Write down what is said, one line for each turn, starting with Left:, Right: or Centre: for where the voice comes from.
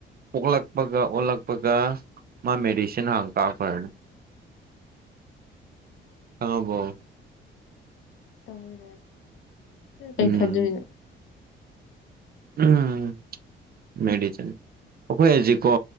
Right: ꯑꯣꯣꯛꯂꯛꯄꯒ ꯑꯣꯜꯂꯛꯄꯒ ꯃꯥ ꯃꯦꯗꯤꯁꯤꯟ ꯍꯥꯡ ꯀꯥꯞꯈ꯭ꯔꯅꯤ ꯀꯥꯕꯣ
Left: ꯇꯧ ꯇ
Right: ꯎꯝ
Left: ꯀ ꯐꯖꯅꯣ
Right: ꯎꯝ ꯃꯦꯗꯤꯁꯤꯟ ꯑꯩꯈꯣꯏ ꯍꯧꯖꯤꯀꯣ